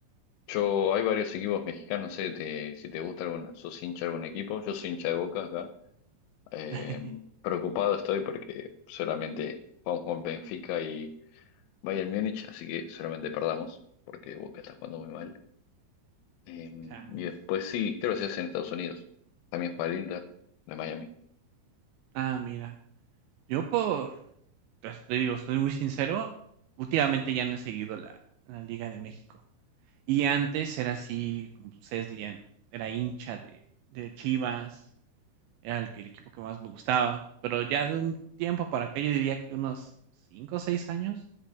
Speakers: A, on the left; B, on the right.
A: yo, hay varios equipos mexicanos, no sé te- si te gusta algún, sos hincha de algún equipo, yo soy hincha de Boca acá. Eh,
B: <laughs>
A: preocupado estoy porque solamente jugamos con Benfica y Bayern Múnich, así que solamente perdamos, porque Boca está jugando muy mal. Eh, y
B: Changos.
A: después sí, creo que se hace en Estados Unidos, también juega el Inter, de Miami.
B: Ah, mira. Yo por, pues, te digo, soy muy sincero, últimamente ya no he seguido la, la Liga de México. Y antes era así, como ustedes dirían, era hincha de, de Chivas, era el, que- el equipo que más me gustaba, pero ya de un tiempo para acá, yo diría que unos 5 o 6 años,